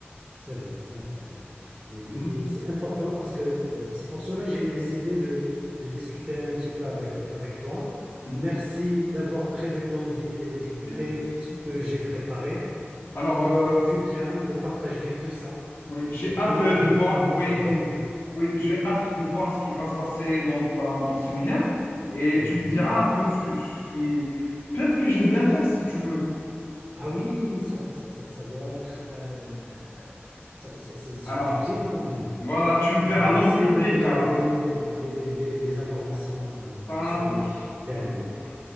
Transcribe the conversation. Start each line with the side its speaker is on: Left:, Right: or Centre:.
Right: C'est vrai, c'est vrai, c'est vrai. Et,
Left: Mhm.
Right: et c'est important parce que euh, c'est pour cela que j'ai décidé de, de discuter un petit peu avec, avec toi.
Left: Mhm.
Right: Merci d'avoir pris le temps d'y- euh, d'écouter
Left: Il y a pas de souci.
Right: ce que j'ai préparé.
Left: Alors,
Right: Ça m'a
Left: euh,
Right: fait du bien de partager tout ça.
Left: oui, j'ai
Right: Et ton
Left: hâte euh,
Right: avis,
Left: de voir.
Right: il m'aide
Left: Oui.
Right: vraiment.
Left: Oui, j'ai hâte de voir ce qui va se passer dans ta- ton séminaire et
Right: Oui.
Left: tu me diras un peu ce que ce qui. Peut-être que je viendrai si tu veux.
Right: Ah oui, ça, ça, ça, ça doit être... euh, ça- c'est c'est- c'est
Left: Alors,
Right: du bien quand même.
Left: voilà, tu me verras
Right: Je vais
Left: dans
Right: essayer
Left: le public
Right: de vous
Left: alors.
Right: envoyer les, les, les, les les informations euh,
Left: Ça
Right: sur
Left: marche.
Right: le, l'événement.
Left: À plus tard.